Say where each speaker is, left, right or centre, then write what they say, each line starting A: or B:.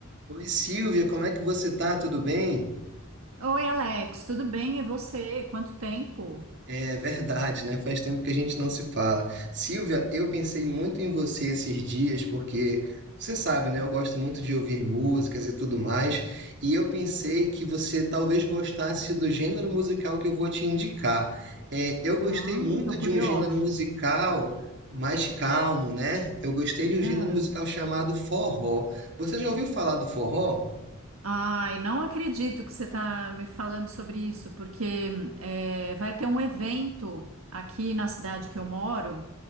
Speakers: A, on the right; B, on the right.
A: Oi, Silvia, como é que você tá? Tudo bem?
B: Oi, Alex, tudo bem? E você? Quanto tempo?
A: É verdade, né? Faz tempo que a gente não se fala. Silvia, eu pensei muito em você esses dias, porque você sabe, né? Eu gosto muito de ouvir músicas e tudo mais, e eu pensei que você talvez gostasse do gênero musical que eu vou te indicar. É, eu gostei
B: Ah,
A: muito
B: tô curiosa.
A: de um gênero musical mais calmo, né? Eu gostei de um gênero
B: É.
A: musical chamado forró. Você já ouviu falar do forró?
B: Ai, não acredito que você está me falando sobre isso, porque é, vai ter um evento aqui na cidade que eu moro,